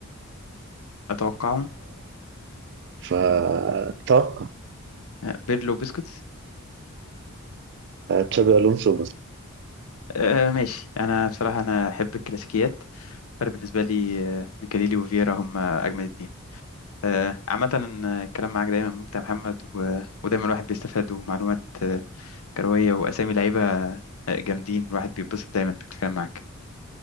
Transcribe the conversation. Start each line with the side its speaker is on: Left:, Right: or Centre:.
Left: اتوقعهم
Right: فتوقع
Left: آه، بيرلو وبسكوتس
Right: تشابي الونسو بس
Left: آه ماشي انا بصراحه انا احب الكلاسيكيات فانا بالنسبه لي آه، ميكاليلي وفييرا هم اجمل اتنين آه، عامه آه، الكلام معاك دايما ممتع يا محمد و... ودايما الواحد بيستفاد ومعلومات آه، كرويه واسامي لعيبه آه، جامدين الواحد بيتبسط دايما بالكلام معاك